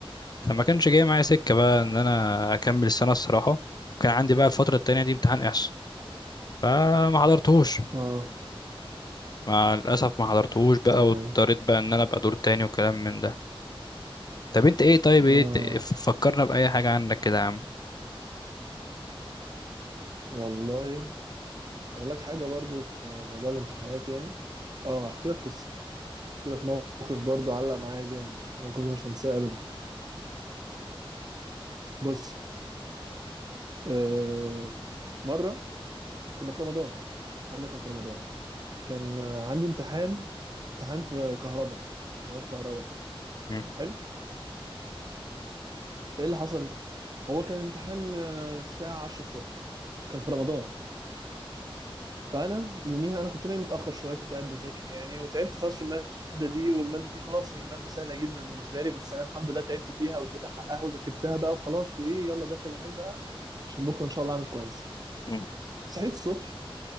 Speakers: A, on the left; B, on the right.
A: فما كانش جاي معايا سكه بقى ان انا اكمل السنه الصراحه كان عندي بقى الفتره التانية دي امتحان احصاء فما حضرتهوش
B: اه
A: مع الاسف ما حضرتهوش بقى
B: تمام
A: واضطريت بقى ان انا ابقى دور تاني وكلام من ده طب انت ايه طيب ايه
B: اه
A: ت- ف- فكرنا بأي حاجة عنك كده يا عم
B: والله اقول لك حاجه برضو في موضوع الامتحانات يعني اه احكي لك قصه احكي لك موقف برضو علق معايا جامد الموقف ده مش هنساه ابدا بص آه مره كنا في رمضان الكلام ده كان في رمضان كان آه عندي امتحان امتحان في كهرباء مواد كهرباء كده
A: مم.
B: حلو ايه اللي حصل هو كان امتحان آه، الساعه 10 الصبح كان في رمضان فانا يوميها انا كنت نايم متاخر شويه كنت قاعد بذاكر يعني وتعبت خلاص في الماده دي والماده دي خلاص هي ماده سهله جدا بالنسبه لي بس انا الحمد لله تعبت فيها واديتها حقها وذاكرتها بقى وخلاص وايه يلا داخل انام بقى عشان بكره ان شاء الله اعمل كويس
A: مم.
B: صحيت الصبح